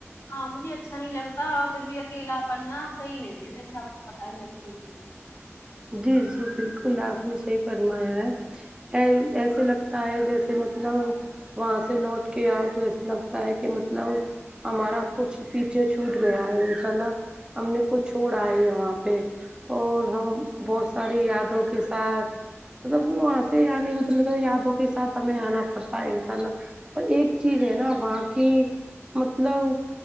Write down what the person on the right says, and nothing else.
جی جی بالکل آپ نے صحیح فرمایا ہے اے ایسے لگتا ہے جیسے مطلب وہاں سے لوٹ کے آؤ تو ایسا لگتا ہے کہ مطلب ہمارا کچھ پیچھے چھوٹ گیا ہے ان شاء اللہ ہم نے کچھ چھوڑ آے ہے وہاں پہ اور ہم بہت ساری یادوں کے ساتھ مطلب وہاں سے آنے کو تو دل یادوں کے ساتھ ہمیں آنا پڑتا ہے انشا اللہ پر ایک چیز ہے نا وہاں کی مطلب و